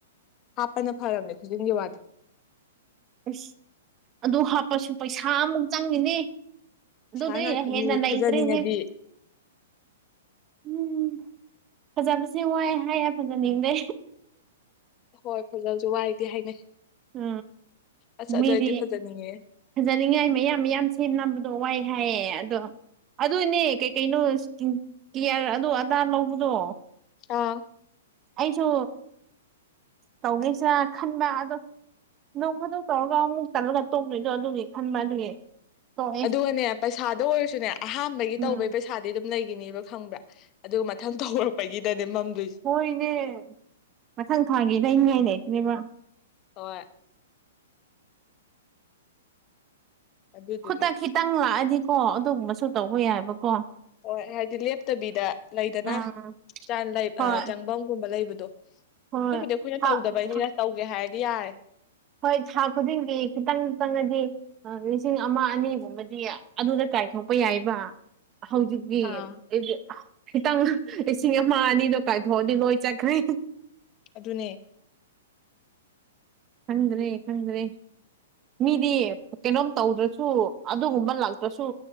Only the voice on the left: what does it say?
ꯍꯥꯞꯄꯅ ꯐꯔꯕꯅꯦ ꯈꯨꯗꯖꯤꯟꯒꯤ ꯋꯥꯗꯤ
ꯄꯩꯁꯥ
ꯉꯥꯛꯇꯅꯤ
ꯐꯖꯅꯤꯡꯉꯗꯤ
ꯍꯣꯏ ꯐꯖꯕꯁꯨ ꯋꯥꯏꯗꯤ ꯍꯥꯏꯅꯩ
ꯑꯁ
ꯑꯗꯨ ꯑꯩꯗꯤ ꯐꯖꯅꯤꯡꯉꯦ
ꯑꯥ
ꯑꯗꯨꯒꯅꯦ ꯄꯩꯁꯥꯗ ꯑꯣꯏꯔꯁꯨꯅꯦ ꯑꯍꯥꯟꯕꯒꯤ
ꯇꯧꯕꯒꯤ ꯄꯩꯁꯥꯗꯤ ꯑꯗꯨꯝ ꯂꯩꯒꯤꯅꯦꯕ ꯈꯪꯕ꯭ꯔꯥ ꯑꯗꯨꯒ ꯃꯊꯪꯇ ꯍꯧꯔꯛꯄꯒꯤꯗꯅꯦ ꯃꯝꯗꯣꯏꯁꯦ
ꯍꯣꯏ ꯑꯗꯨꯗꯨꯒꯤ
ꯍꯣꯏ ꯍꯥꯏꯗꯤ ꯂꯦꯞꯇꯕꯤꯗ ꯂꯩꯗꯅ
ꯆꯜ ꯂꯩꯞ
ꯑꯥ ꯆꯪꯅꯝꯒꯨꯝꯕ ꯂꯩꯕꯗꯣ
ꯑꯗꯨꯕꯨꯗꯤ ꯑꯩꯈꯣꯏꯅ
ꯇꯧꯗꯕꯩꯅꯤꯅ
ꯇꯧꯒꯦ ꯍꯥꯏꯔꯗꯤ ꯌꯥꯔꯦ꯫
ꯑꯥ
ꯑꯗꯨꯅꯦ